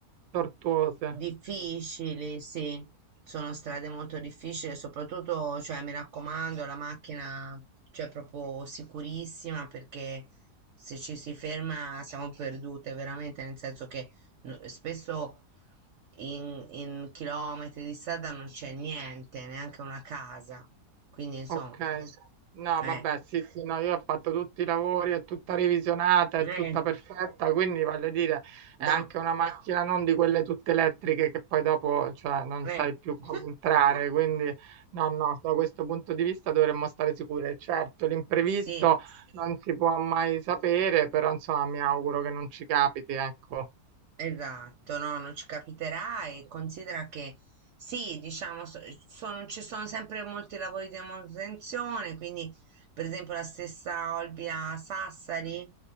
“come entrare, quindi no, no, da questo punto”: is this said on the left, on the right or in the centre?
Right